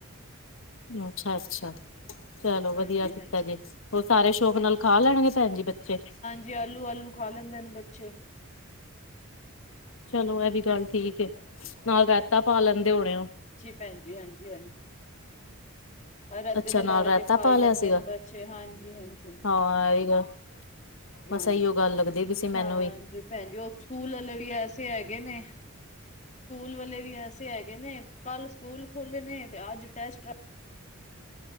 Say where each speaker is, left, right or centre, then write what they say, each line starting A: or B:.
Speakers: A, on the left; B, on the left.
A: ਅੱਛਾ- ਅੱਛਾ। ਚਲੋ,
B: ਹਾਂਜੀ
A: ਵਧੀਆ ਕੀਤਾ
B: ਹਾਂਜੀ
A: ਜੇ। ਉਹ ਸਾਰੇ, ਸ਼ੌਕ ਨਾਲ, ਖਾ ਲੈਣਗੇ ਭੈਣ ਜੀ ਬੱਚੇ।
B: ਜੇ ਆਲੂ- ਆਲੂ, ਖਾ ਲੈਂਦੇ ਨੇ ਬੱਚੇ।
A: ਚਲੋ, ਇਹ ਵੀ, ਗੱਲ ਠੀਕ ਏ। ਨਾਲ ਰੇਤਾ, ਪਾ ਲੈਂਦੇ ਹੋਣੇ ਹੋ।
B: ਭੈਜੀ, ਹਾਂਜੀ- ਹਾਂਜੀ। ਰੇਤੇ
A: ਅੱਛਾ
B: ਦੇ ਲਾਰੇ,
A: ਨਾਲ ਰਾਇਤਾ
B: ਤੇ ਖਾਈ
A: ਪਾ
B: ਲੈਂਦੇ
A: ਲਿਆ ਸੀਗਾ
B: ਨੇ ਬੱਚੇ। ਹਾਂਜੀ- ਹਾਂਜੀ।
A: ਹਾਂ ਇਹ ਵੀ ਗੱਲ ਬਸ
B: ਹਾਂਜੀ,
A: ਇਹੀਓ ਗੱਲ ਲੱਗਦੀ ਪਈ ਸੀ ਮੈਨੂੰ
B: ਹਾਂਜੀ,
A: ਵੀ
B: ਭੈਣ ਜੀ, ਉਹ ਸਕੂਲ ਵਾਲੇ, ਵੀ ਐਸੇ ਹੈਗੇ ਨੇ। ਸਕੂਲ ਵਾਲੇ, ਵੀ ਐਸੇ ਹੈਗੇ ਨੇ। ਕੱਲ ਸਕੂਲ ਖੋਲੇ ਨੇ। ਤੇ ਅੱਜ ਟੈਸਟ।